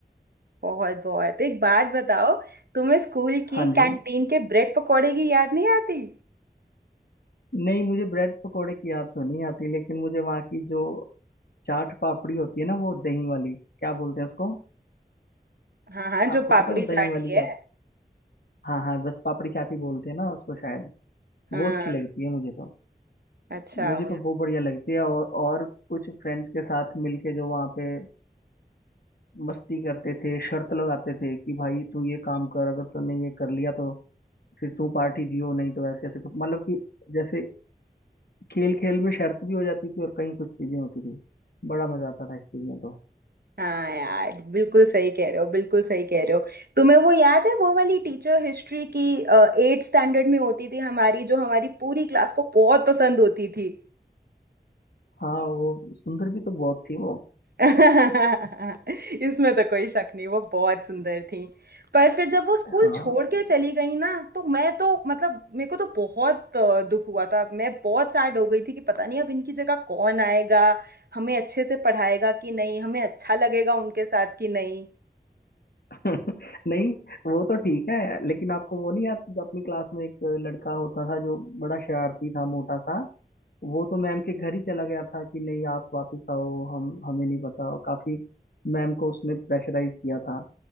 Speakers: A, on the right (about 70°); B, on the left (about 70°).
A: बहुत बहुत एक बात बताओ तुम्हें स्कूल की
B: हाँ जी
A: कैंटीन के ब्रेड पकौड़े की याद नहीं आती
B: नहीं मुझे ब्रेड पकोड़े की याद तो नहीं आती लेकिन मुझे वहाँ की जो चाट पापड़ी होती है ना वो दही वाली क्या बोलते हैं उसको
A: हाँ हाँ जो
B: आपको
A: पापड़ी
B: पता है वो दही
A: चाट
B: वाली
A: ही है
B: चाट हाँ हाँ बस पापड़ी चाट ही बोलते हैं ना उसको शायद
A: हाँ
B: वो अच्छी लगती है मुझे तो
A: अच्छा
B: मुझे
A: मुझे
B: तो वो बढ़िया लगती है और और कुछ फ्रेंड्स के साथ मिलके जो वहाँ पे मस्ती करते थे शर्त लगाते थे कि भाई तू ये काम कर अगर तूने ये कर लिया तो फिर तू पार्टी दियो नहीं तो ऐसे ऐसे कुछ- मतलब कि जैसे खेल खेल में शर्त भी हो जाती थी और कहीं कुछ चीजें होती थी बड़ा मजा आता था इस चीज में तो
A: हाँ यार बिल्कुल सही कह रहे हो बिल्कुल सही कह रहे हो तुम्हें वो याद है वो वाली टीचर हिस्ट्री की एट स्टैंडर्ड में होती थी हमारी जो हमारी पूरी क्लास को बहुत पसंद होती थी
B: हाँ वो सुंदर भी तो बहुत थी वो
A: <laughs> इसमें तो कोई शक नहीं वो बहुत सुंदर थी पर फिर जब वो स्कूल
B: हाँ
A: छोड़ के चली गई ना तो मैं तो मतलब मेरे को तो बहुत अ, दुख हुआ था मैं बहुत सैड हो गई थी कि पता नहीं अब इनकी जगह कौन आएगा हमें अच्छे से पढ़ाएगा कि नहीं हमें अच्छा लगेगा उनके साथ कि नहीं
B: <laughs> नहीं वो तो ठीक है लेकिन आपको वो नहीं याद जब अपनी क्लास में एक लड़का होता था जो बड़ा शरारती था मोटा सा वो तो मैम के घर ही चला गया था कि नहीं आप वापस आओ हम हमें नहीं पता और काफी मैम को उसने प्रेशराइज किया था